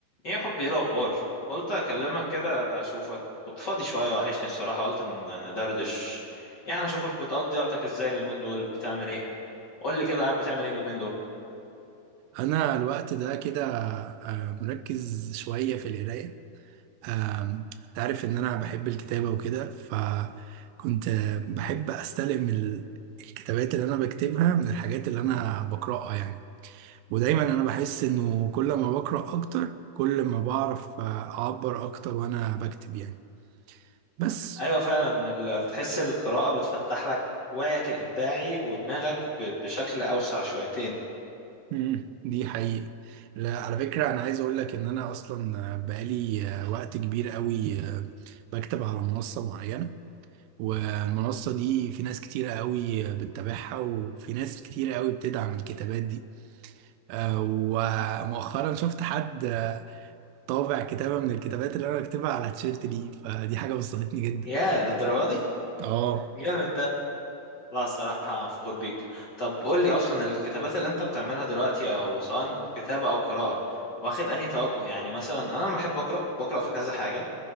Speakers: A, on the left (about 35°); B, on the right (about 85°).
A: ايه يا حبي ايه الاخبار قلت اكلمك كده اشوفك كنت فاضي شويه وحشني الصراحه قلت ان ندردش يعني اشوفك بتقضي وقتك ازاي اليومين دول بتعمل ايه قول لي كده قاعد بتعمل ايه اليومين دول
B: انا الوقت ده كده آه، مركز شويه في القرايه آم، تعرف ان انا بحب الكتابه وكده فكنت آه، بحب استلم ال- الكتابات اللي انا بكتبها من الحاجات اللي انا بقراها يعني ودايما انا بحس انه كل ما بقرا اكتر كل ما بعرف آه، اعبر اكتر وانا بكتب يعني بس
A: ايوه فعلا ال- تحس القراءه بتفتح لك وعيك الابداعي ودماغك ب- بشكل اوسع شويتين
B: مم، دي حقيقة لا على فكرة أنا عايز أقول لك إن أنا أصلا بقالي آه، وقت كبير قوي بكتب على منصة معينة والمنصة دي في ناس كتيرة قوي بتتابعها وفي ناس كتيرة قوي بتدعم الكتابات دي آه، ومؤخرا شفت حد آه، طابع كتابة من الكتابات اللي أنا بكتبها على تيشيرت لي فدي حاجة بسطتني جدا
A: يا للدرجه دي
B: اه
A: جامد ده لا الصراحه أنا فخور بيك طب قول لي اصلا الكتابات اللي انت بتعملها دلوقتي او سواء كتابه او قراءه واخد انهي توجه يعني مثلا انا لما بحب اقرا بقرا في كذا حاجه